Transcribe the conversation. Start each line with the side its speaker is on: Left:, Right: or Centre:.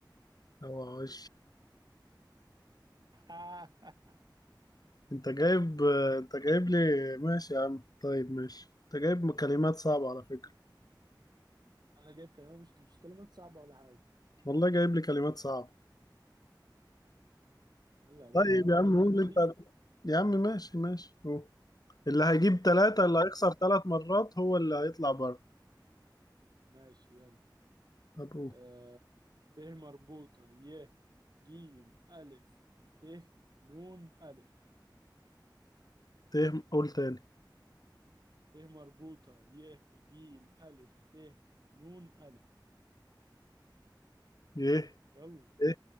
Left: اوعى
Right: <laughs>
Left: انت جايب انت جايب لي ماشي يا عم طيب ماشي انت جايب كلمات صعبة على فكرة
Right: انا جايب كلمات مش مش كلمات صعبه ولا حاجه
Left: والله جايب لي كلمات صعبة
Right: يلا يا باشا
Left: طيب
Right: بقى ما
Left: يا
Right: تقعدش
Left: عم قول
Right: تصيح
Left: انت يا عم ماشي ماشي قول اللي هيجيب ثلاثة اللي هيخسر ثلاث مرات هو اللي هيطلع بره
Right: ماشي يلا
Left: طب قول
Right: آه ت مربوطه ي جيم الف ت نون الف
Left: ته قول تاني
Right: ت مربوطه ي جيم الف ت نون الف
Left: يه
Right: يلا
Left: ته